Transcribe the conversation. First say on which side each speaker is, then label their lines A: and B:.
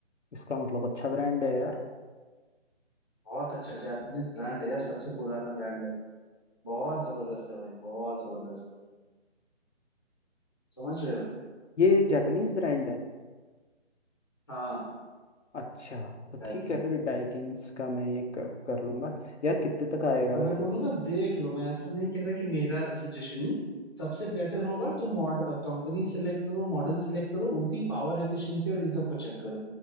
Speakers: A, on the left; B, on the left.
A: इसका मतलब अच्छा ब्रांड है यार
B: बहुत अच्छा जापानीज ब्रांड है यार सबसे पुराना ब्रांड है बहुत जबरदस्त है भाई बहुत जबरदस्त समझ रहे हो
A: ये जापानीज ब्रांड है
B: हाँ
A: अच्छा तो
B: डाइकिन
A: ठीक है फिर डाइकिन्स का मैं ये कर, कर लूंगा यार कितने तक आएगा
B: पर मैं
A: वैसे
B: बोलूंगा देख लो मैं ऐसा नहीं कह रहा कि मेरा सजेशन ही सबसे बेटर होगा तुम मॉडल कंपनी सेलेक्ट करो मॉडल सेलेक्ट करो उनकी पावर एफिशिएंसी और इन सब को चेक करो